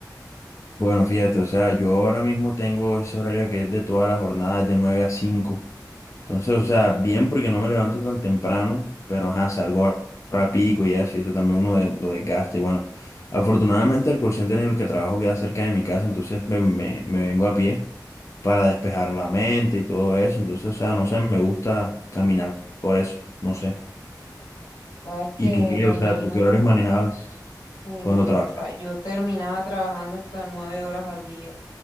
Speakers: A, on the left; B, on the left.
A: Bueno, fíjate, o sea, yo ahora mismo tengo ese horario que es de toda la jornada, es de 9 a cinco Entonces, o sea, bien porque no me levanto tan temprano, pero ajá, salgo rápido y eso, y eso también uno de- lo desgasta. Y bueno, afortunadamente el call center en el que trabajo queda cerca de mi casa, entonces me, me, me vengo a pie para despejar la mente y todo eso. Entonces, o sea, no sé, me gusta caminar por eso, no sé.
B: Sabes que
A: ¿Y tú qué?
B: lo
A: O sea,
B: mío,
A: ¿tú qué horarios manejabas
B: uy
A: cuando
B: no,
A: trabajabas?
B: yo, tra- yo terminaba trabajando hasta nueve horas al día.